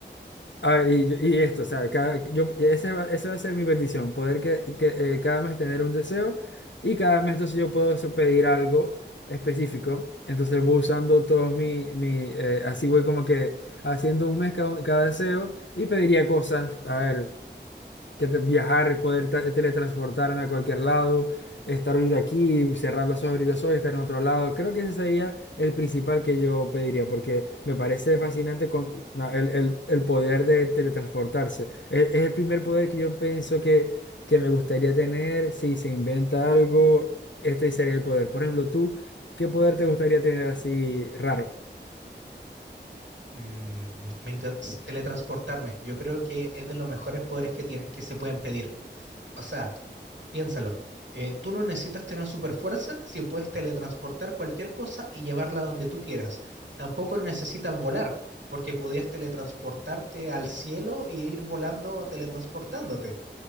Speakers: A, on the left; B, on the right.
A: A ver, y, yo- y esto, ¿sabes? Cada, yo, ese va, esa va a ser mi petición, poder que, que, eh, cada mes tener un deseo y cada mes entonces yo puedo so- pedir algo específico. Entonces voy usando todos mi, mi eh, así voy como que haciendo un mes cada, un- cada deseo y pediría cosas, a ver que te- viajar y poder ta- teletransportarme a cualquier lado, estar ahorita aquí, cerrar los ojos, abrir los ojos, estar en otro lado. Creo que ese sería el principal que yo pediría, porque me parece fascinante con, no, el, el- el poder de teletransportarse. Es, es el primer poder que yo pienso que, que me gustaría tener. Si se inventa algo, este sería el poder. Por ejemplo, tú, ¿qué poder te gustaría tener así raro?
B: Mm, me enca- s- teletransportarme. Yo creo que es de los mejores poderes que tiene- que se pueden pedir. O sea, piénsalo. eh, tú no necesitas tener super fuerza si puedes teletransportar cualquier cosa y llevarla donde tú quieras. Tampoco necesitas volar, porque podías teletransportarte al cielo y ir volando o teletransportándote.